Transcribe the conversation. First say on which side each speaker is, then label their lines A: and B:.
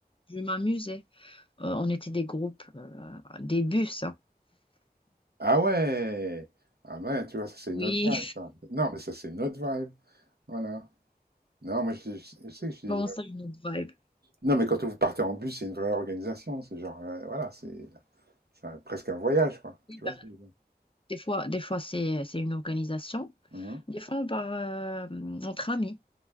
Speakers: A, on the left; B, on the right.
A: je m'amusais. Euh, on était des groupes, euh, des bus, hein.
B: Ah ouais! Ah ben, tu vois, ça c'est
A: Oui,
B: une autre vibe, ça. Non, mais ça c'est une autre vibe. Voilà. Non, moi, je, je- je sais
A: <laughs>
B: que je suis...
A: bon ça, une autre vibe?
B: Non, mais quand vous partez en bus, c'est une vraie organisation. C'est genre, euh, voilà, c'est c'est un- presque un voyage, quoi.
A: Oui,
B: Tu vois
A: ben,
B: ce que je veux dire?
A: Des fois, des fois c'est, c'est une organisation.
B: Mhm.
A: Des fois, on part euh, entre amis,